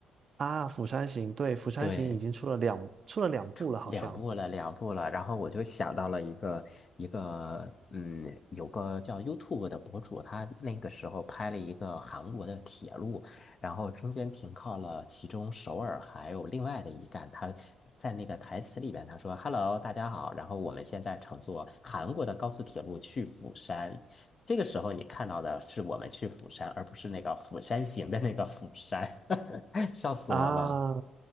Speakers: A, on the right; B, on the left.
A: 啊。《釜山行》对，《釜山行》已经出了两出了两部了，
B: 对，突两步了，
A: 好像
B: 两步了，然后我就想到了一个一个，嗯，有个叫 YouTube 的博主，他那个时候拍了一个韩国的铁路，然后中间停靠了其中首尔还有另外的一站，他在那个台词里边他说：“Hello，大家好，然后我们现在乘坐韩国的高速铁路去釜山。”这个时候你看到的是我们去釜山，而不是那个《釜山行》的那个釜山，<laughs> 笑死我了。
A: 啊，